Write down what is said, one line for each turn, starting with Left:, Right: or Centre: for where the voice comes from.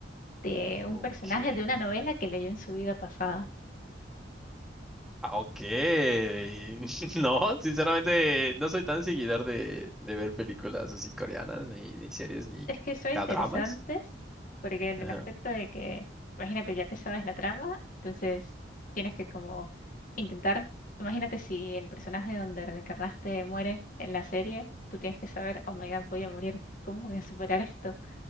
Left: de un
Centre: Ok.
Left: personaje de una novela que leyó en su vida pasada.
Centre: Ah, Ok. <laughs> No, sinceramente no soy tan seguidor de, de ver películas así coreanas, ni, ni series, ni
Left: Es que son interesantes,
Centre: cadramas.
Left: porque en
Centre: Ajá.
Left: el aspecto de que, imagínate, ya te sabes la trama, entonces tienes que como intentar, imagínate si el personaje donde reencarnaste muere en la serie, tú tienes que saber, oh my God, voy a morir, ¿cómo voy a superar esto?